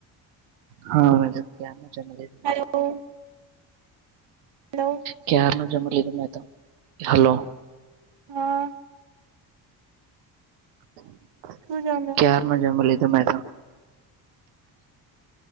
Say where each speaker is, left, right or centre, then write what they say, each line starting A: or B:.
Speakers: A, on the right; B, on the right.
A: હા, મે તો કયાર નું જમી લી
B: હેલો. હેલો
A: ક્યારનું જમી લીધુ મે તો. હલો.
B: હ
A: <inaudible>
B: શું જમ્યા?
A: ક્યાર નું જમી લીધું મે તો.